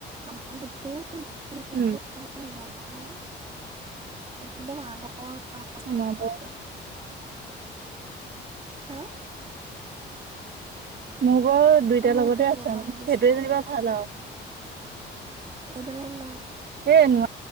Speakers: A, on the right; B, on the right.
A: আমাৰ ফটো যিখিনি
B: উম
A: আছে তাৰ হাতত সেইবিলাকো নাই একদম আগৰ পৰা আছে
B: শুনাব
A: মানে পুৰা হা
B: মোৰ বৰ
A: আৰু
B: দুইটাৰ
A: মই
B: লগতে
A: সেইখিনি
B: আছে
A: এৰিব
B: আৰু সেইটোৱে
A: নিবিচাৰোঁ
B: যেনিবা ভাল আও
A: এইডালত নাই
B: সেই মই